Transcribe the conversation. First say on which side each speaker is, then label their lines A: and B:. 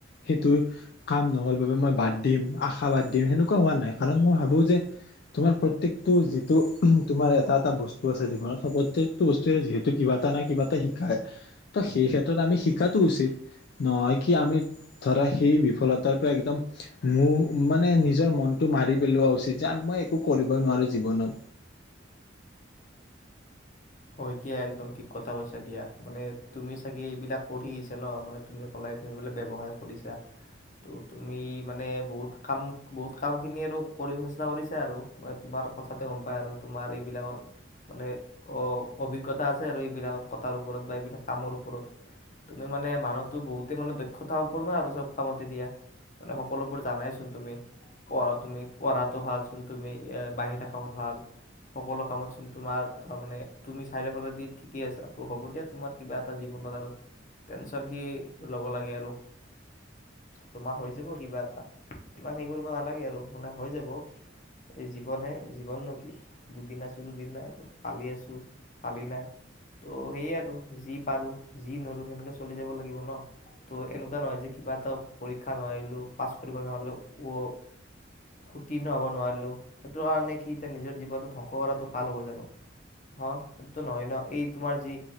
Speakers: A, on the left; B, on the left.
A: সেইটো কাম ন'হল বাবে মই বাদ দিম, আশা বাদ দিম সেনেকুৱা হোৱা নাই কাৰণ মই ভাবো যে তোমাৰ প্ৰত্যকটো যিটো তোমাৰ এটা এটা বস্তু আছে জীৱনত প্ৰত্যকটো বস্তুৱে যিহেতু কিবা এটা নাই কিবা এটা শিকাই ত সেই ক্ষেত্ৰত আমি শিকাতটো উচিত নহয় কি আমি ধৰা সেই সফলতাৰ পৰা একদম মোৰ মানে নিজৰ মনটো মাৰি পেলোৱা উচিত যে, মই একো কৰিবই নোৱাৰো জীৱনত।
B: হয়, দিয়া একদম ঠিক কথা কৈছা দিয়া মানে তুমি চাগে এইবিলাক কৰি আহিছা ন মানে তুমি ক'লাই তুমি বোলে ব্যৱসায় কৰিছা, ত' তুমি মানে বহুত কাম বহুত কামখিনি আৰু কৰিব চেষ্টা কৰিছা আৰু মানে তোমাৰ কথাতে গম পায় আৰু তোমাৰ এইবিলাকৰ মানে অ। অভিজ্ঞতা আছে আৰু এইবিলাক কথাৰ ওপৰত বা এইবিলাক কামৰ ওপৰত তুমি মানে মানুহো বহুতে মানে দক্ষতা সম্পূৰ্ণ আৰু চব কামতে দিয়া মানে সকলোবোৰ জানাইচোন তুমি পঢ়া তুমি পঢ়াটো ভাল চোন তুমি বাহিৰা কামত ভাল সকলো কামত চোন তোমাৰ মানে তুমি চাৰিফালে দি ঠিকে আছা ত হ'ব দিয়া তোমাৰ কিবা এটা জীৱনত আৰু টেনচন কি লব লাগে আৰু তোমাৰ হৈ যাব কিবা এটা ইমান হেৰি কৰিব নালাগে আৰু মানে হৈ যাব এই জীৱনহে জীৱননো কি দুদিন আছো দুদিন নাই আৰু কালি আছো কালি নাই ত' সেইয়ে আৰু যি পাৰো যি নৰো সেনেকে চলি যাব লাগিব ন? ত এনেকুৱা নহয় যে, কিবা এটা পৰীক্ষা নোৱাৰিলো পাছ কৰিব নোৱাৰিলো ও উত্তীৰ্ণ হ'ব নোৱাৰিলো সেইটো কাৰণে কি এতিয়া নিজৰ জীৱনত ধ্বংস কৰাটো ভাল হ'ব জানো? অ', সেই নহয় ন এই তোমাৰ যি